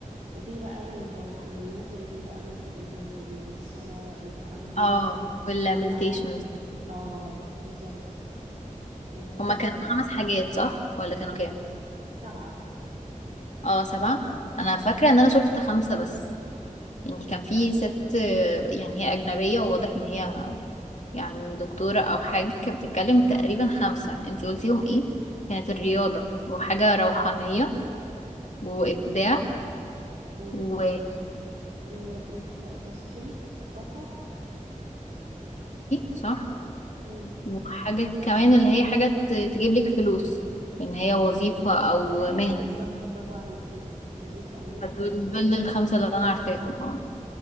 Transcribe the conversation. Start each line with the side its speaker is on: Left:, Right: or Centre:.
Right: وفي بقى الروحانيات اللي هي بقى مثلا ايه زي الصلاه التامل
Left: اه والمديتيشن
Right: التعبد. اه بالظبط آه
Left: هما كانوا خمس حاجات صح؟ ولا كانوا كام؟
Right: سبعه
Left: اه سبعة انا فاكرة ان انا شفت خمسة بس يعني كان في ست آه، يعني هي اجنبية وواضح ان هي يعني دكتورة او حاجة كانت بتتكلم تقريبا خمسة انتي قلتيهم ايه؟ كانت الرياضة وحاجة روحانية وابداع
Right: و...
Left: وماشي
Right: آه وتثقيف ثقافه
Left: صح؟
Right: مم.
Left: وحاجة كمان اللي هي حاجة ت- تجيب لك فلوس ان هي وظيفة او
Right: ايوه
Left: مهنة
Right: بالظبط برافو عليكي وظيفه او مهنه
Left: فدول
Right: حاجه كده
Left: دول الخمسة اللي انا عارفاهم اه